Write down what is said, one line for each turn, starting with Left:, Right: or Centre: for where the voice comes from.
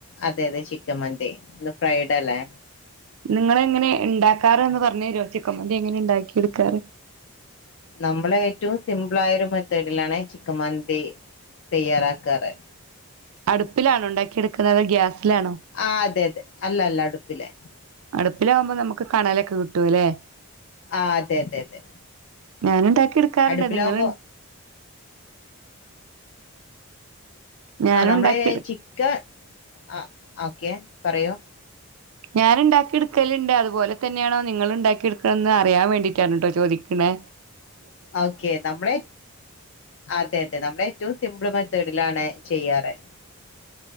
Left: അതെ അതെ ചിക്ക മന്തി ഇന്ന് ഫ്രൈഡേ അല്ലേ?
Right: നിങ്ങള് എങ്ങനെ ഉണ്ടാക്കാറ് എന്ന് പറഞ്ഞതരുമോ ചിക്കൻ മന്തി എങ്ങനെ ഉണ്ടാക്കി എടുക്കാറ്.
Left: നമ്മള ഏറ്റവും സിമ്പിൾ ആയ ഒരു മെത്തേഡിലാണ് ചിക്കൻ മന്തി തയ്യാറാക്കാറ്.
Right: അടുപ്പിലാണോ ഉണ്ടാക്കി എടുക്കുന്നത് ഗ്യാസിലാണോ?
Left: ആഹ് അതെ അതെ അല്ല അല്ല അടുപ്പില്.
Right: അടുപ്പിലാകുമ്പോ നമുക്ക് കണലൊക്കെ കിട്ടും അല്ലേ.
Left: ആഹ് അതെ അതെ അതെ
Right: ഞാനുണ്ടാക്കി എടുക്കാറുണ്ട്
Left: അടുപ്പിലാവുമ്പോ
Right: നിങ്ങള് ഞാനുണ്ടാക്കിയെടു
Left: ആഹ് നമ്മളെ ചിക്കൻ ആ ഓക്കെ പറയൂ.
Right: ഞാനുണ്ടാക്കിയെടുക്കലുണ്ട് അതു പോലെ തന്നെയാണോ നിങ്ങളുണ്ടാക്കിയെടുക്കണതെന്നറിയാൻ വേണ്ടീട്ടാണ് ട്ടോ ചോദിക്ക്ണെ
Left: ഓക്കെ നമ്മളെ. അതെ അതെ നമ്മളേറ്റവും സിമ്പിൾ മെതേഡിലാണ് ചെയ്യാറ്.